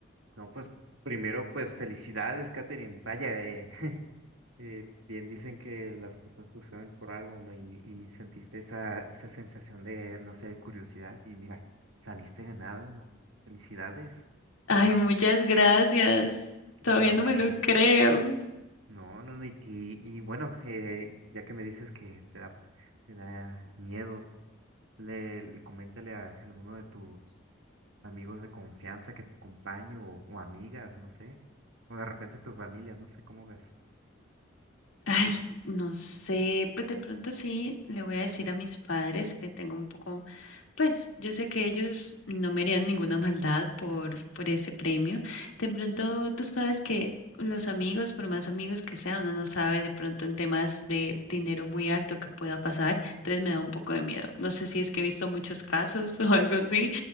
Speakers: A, on the right; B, on the left.
A: No, pues primero, pues felicidades, Katherine. Vaya, eh, <laughs> eh, bien dicen que las cosas suceden por algo, ¿no? Y, y sentiste esa, esa sensación de, no sé, curiosidad y mira, saliste ganando. Felicidades.
B: Ay,
A: Wow,
B: muchas gracias. Todavía
A: me da
B: no
A: mucho
B: me lo
A: gusto.
B: creo.
A: No, no, no, y, y- y bueno, eh, ya que me dices que te da, te da miedo, le, le- coméntale a alguno de tus amigos de confianza que te acompañe o, o amigas, no sé, o de repente tu familia, no sé cómo ves.
B: Ay, no sé, pues de pronto sí le voy a decir a mis padres que tengo un poco, pues yo sé que ellos no me harían ninguna maldad por, por ese premio. De pronto tú sabes que los amigos, por más amigos que sea, uno no sabe de pronto en temas de dinero muy alto que pueda pasar, entonces me da un poco de miedo. No sé si es que he visto muchos casos <laughs> o algo así,